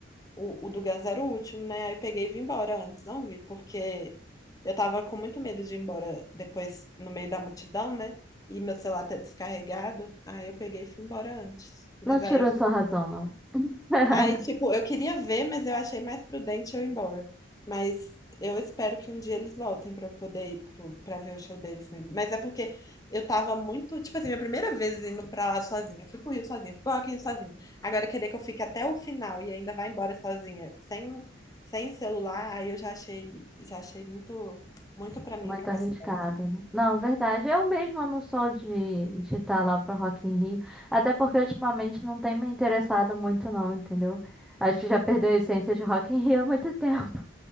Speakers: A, on the left; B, in the centre.
A: o, o do Guns era o último, né? Aí eu peguei e vim embora antes, não vi, porque eu tava com muito medo de ir embora depois no meio da multidão, né? E meu celular tá descarregado. Aí eu peguei e fui embora antes. Mas
B: não tirou
A: aí eu
B: sua razão, não. <laughs>
A: Aí, tipo, eu queria ver, mas eu achei mais prudente eu ir embora. Mas eu espero que um dia eles voltem pra eu poder ir pro, pra ver o show deles mesmo. Mas é porque eu tava muito, tipo assim, minha primeira vez indo pra lá sozinha. Eu Fui pro Rio sozinha, fui pro Rock in Rio sozinha. Agora querer que eu fique até o final e ainda vá embora sozinha, sem, sem celular, aí eu já achei, já achei muito, muito pra minha
B: Muito
A: capacidade.
B: arriscado, né? Não, verdade. Eu mesma não sou de de estar lá pro Rock in Rio. Até porque ultimamente não tem me interessado muito, não, entendeu? Acho que já perdeu a essência de Rock in Rio há muito <laughs> tempo.